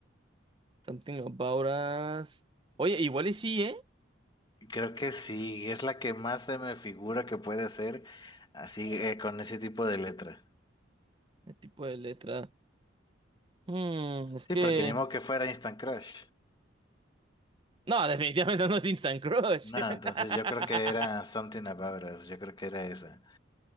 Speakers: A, on the right; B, on the left.
A: Something about us. Oye, igual y sí, ¿eh?
B: Creo que sí, es la que más se me figura que puede ser así eh, con ese tipo de letra.
A: El tipo de letra. Mm, es que
B: Sí, porque ni modo que fuera Instant Crush.
A: No, definitivamente no es Instant Crush.
B: No, entonces yo
A: <laughs>
B: creo que era Something About Us, yo creo que era esa.